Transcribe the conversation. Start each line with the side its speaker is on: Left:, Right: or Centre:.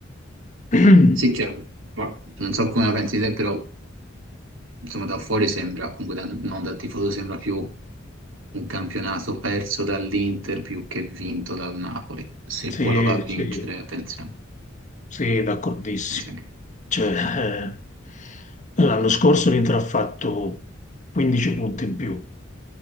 Left: <laughs>
Right: Sì, cioè, ma non so come la pensi te, però insomma da fuori sembra, comunque da- non da tifoso, sembra più un campionato perso dall'Inter più che vinto dal Napoli, se
Left: Sì,
Right: poi lo va a vincere,
Left: sì,
Right: attenzione,
Left: sì, d'accordissimo.
Right: attenzione.
Left: Cioè, eh, l'anno scorso l'Inter ha fatto 15 punti in più.